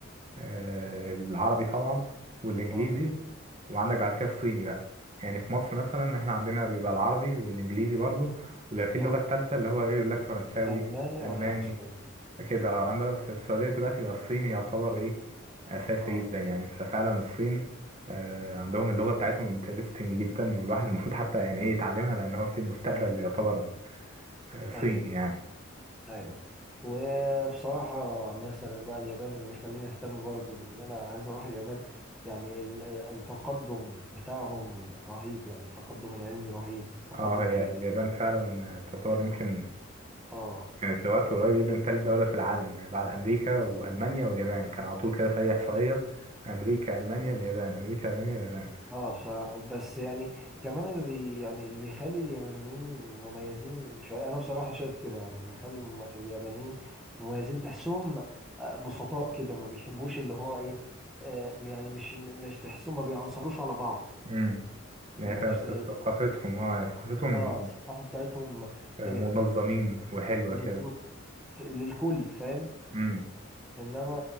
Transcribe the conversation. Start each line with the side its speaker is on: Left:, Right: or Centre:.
Right: آه، العربي طبعا والانجليزي
Centre: اه
Right: وعندك
Centre: مم.
Right: بعد كده الصيني بقى يعني في مصر مثلا احنا عندنا بيبقى العربي والانجليزي برضو وبيبقى في اللغة
Centre: اه
Right: التالتة اللي هو ايه يقول لك فرنساوي
Centre: المانيا
Right: الماني
Centre: فرنساوي
Right: كده آه، اما في السعودية دلوقتي بقى الصيني يعتبر ايه اساسي
Centre: اه
Right: جدا يعني ففعلا الصين آه، عندهم اللغة بتاعتهم انترستنج جدا والواحد المفروض حتى يعني ايه يتعلمها لان هو في المستقبل يعتبر آه، صيني
Centre: ايوه
Right: يعني
Centre: ايوه وبصراحه مثلا بقى اليابان اللي بيخليني اهتم برضو بان انا عايز اروح اليابان يعني ال- ال- التقدم بتاعهم رهيب يعني التقدم العلمي رهيب التقدم
Right: اه هي
Centre: في ال-
Right: اليابان فعلا آه، تعتبر يمكن
Centre: اه
Right: كانت لوقت قريب جدا تالت دولة في العالم يعني بعد أمريكا وألمانيا واليابان كان على طول كده في أي إحصائية أمريكا ألمانيا اليابان أمريكا ألمانيا اليابان
Centre: اه ف... بس يعني كمان اللي بي... يعني اللي بيخلي اليابانيين مميزين شويه انا بصراحه شايف كده يعني اللي بيخلي الم... اليابانيين مميزين تحسهم آه، بسطاء كده ما بيحبوش اللي هو ايه آه، يعني مش مش تحسهم ما بيعنصروش على بعض
Right: امم يعني
Centre: يعني
Right: ف-
Centre: مش
Right: ف-
Centre: زي
Right: ثقافتهم اه يعني ثقافتهم
Centre: اه الثقافه بتاعتهم
Right: آه،
Centre: آه،
Right: منظمين وحلوة
Centre: بالظبط
Right: كده
Centre: للكل فاهم
Right: امم
Centre: انما